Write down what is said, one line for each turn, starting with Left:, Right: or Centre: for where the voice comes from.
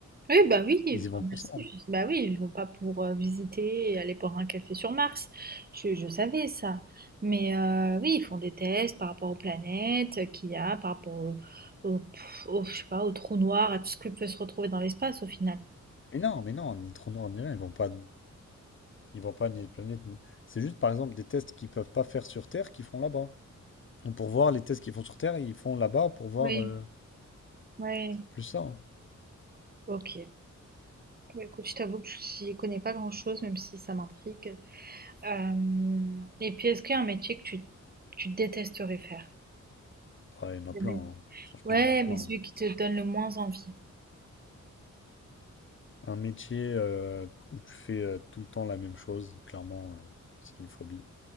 Right: Oui, bah oui,
Left: Ils y vont
Right: enfin
Left: pour
Right: merci,
Left: ça. hein.
Right: je- bah oui, ils vont pas pour euh, visiter et aller boire un café sur Mars. Je, je savais ça. Mais euh, oui, ils font des tests par rapport aux planètes euh, qu'il y a, par rapport au, au- pff, au- je sais pas, au trou noir, à tout ce qui peut se retrouver dans l'espace au final.
Left: Mais non, mais non, ni trou noir, ni rien, ils vont pas... Ils vont pas ni planète, ni... C'est juste, par exemple, des tests qu'ils peuvent pas faire sur Terre, qu'ils font là-bas. Pour voir les tests qu'ils font sur Terre, ils font là-bas pour voir.
Right: Oui.
Left: euh,
Right: Ouais,
Left: C'est plus ça. hein.
Right: ok. Bah, écoute, je t'avoue que j'y connais pas grand-chose, même si ça m'intrigue. Euh, et puis, est-ce qu'il y a un métier que tu, tu détesterais faire?
Left: Ouais, il y en
Right: Des
Left: a plein.
Right: métiers.
Left: hein. Franchement,
Right: Ouais,
Left: il y en a plein.
Right: mais celui
Left: hein.
Right: qui te donne le moins envie.
Left: Un métier euh, où tu fais euh, tout le temps la même chose, clairement, euh, c'est une phobie.